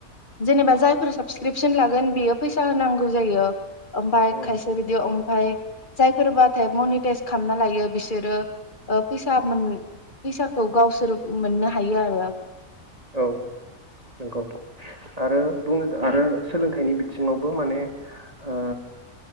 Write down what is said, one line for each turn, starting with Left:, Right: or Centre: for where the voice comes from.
Left: जेनेबा जायफोर साबसक्रिपसन लागोन बेयो फैसा होनांगौ जायो। ओमफ्राय
Right: औ
Left: खायसे बिदियाव ओम फाय जायफोरबाथाय मनिटाइस खामना लायो बिसोरो ओ फैसा मोन फैसाखौ गावसोर मोननो हायो आरो
Right: औ नंगौ आरो बुंनो आरो सोलोंथाइनि बिथिङावबो माने ओ